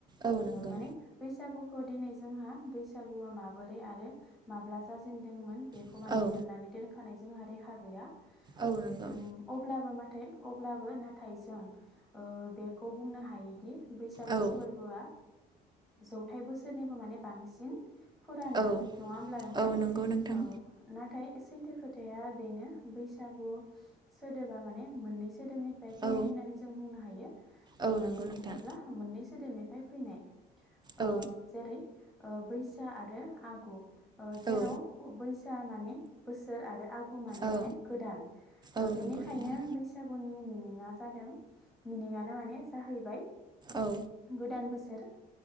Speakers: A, on the right (about 25°); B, in the centre.
A: औ नंगौ
B: माने बैसागुखौ दिनै जोंहा बैसागुवा माबोरै आरो माब्ला जाजेेनदोंमोन बेखौ
A: औ
B: माने लिरनानै दोनखानाय जोंहा रेखा गैया
A: औ नंगौ
B: ओम अब्लाबो माने नाथाय अब्लाबो नाथाय जों बेखौ बुंनो हायोदि बैसागु
A: औ
B: फोरबोआ जौथाइ बोसोरनिबो माने बांसिन फुराना
A: औ
B: नङा होमब्ला नोंथां
A: औ नंगौ नोंथां
B: औ नाथाय सैथो खोथाया बेनो बैसागु सोदोबा माने मोननै सोदोबनिफ्राय फैनाय
A: औ
B: होननानै जों बुंनो हायो
A: औ
B: ओ
A: नंगौ नोंथां
B: एब्ला मोननै सोदोबनि फैनाय
A: औ
B: ओ जेरै बैसा आरो आगु ओ जेराव
A: औ
B: बैसोआ माने बोसोर आरो आ गु माने
A: औ
B: गोदान
A: औ
B: बेनिखायनो
A: नंगौ नोंथां
B: बैसागुनि मि निङा जादों मिनिङानो माने जाहैबाय
A: औ
B: गोदान बोस ओ